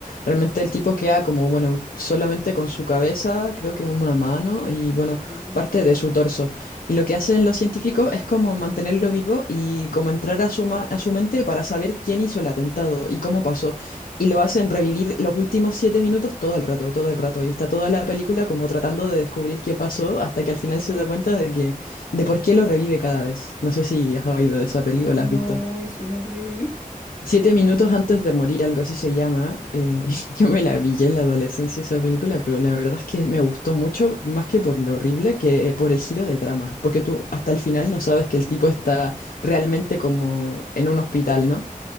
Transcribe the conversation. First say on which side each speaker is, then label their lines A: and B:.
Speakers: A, on the left; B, on the left.
A: Realmente el tipo queda como, bueno, solamente con su cabeza, creo que una mano y, bueno,
B: Mm.
A: parte de su torso. Y lo que hacen los científicos es como mantenerlo vivo y como entrar a su, ma- a su mente para saber quién hizo el atentado y cómo pasó. Y lo hacen revivir los últimos siete minutos todo el rato, todo el rato. Y está toda la película como tratando de descubrir qué pasó hasta que al final se da cuenta de que, de por qué lo revive cada vez. No sé si has oído de esa peli o
B: No,
A: la has visto.
B: y suena horrible.
A: Siete minutos antes de morir, algo así se llama. Eh, <laughs> yo me la vi ya en la adolescencia esa película, pero la verdad es que me gustó mucho, más que por lo horrible, que eh, por el giro de trama. Porque tú hasta el final no sabes que el tipo está realmente como en un hospital, ¿no?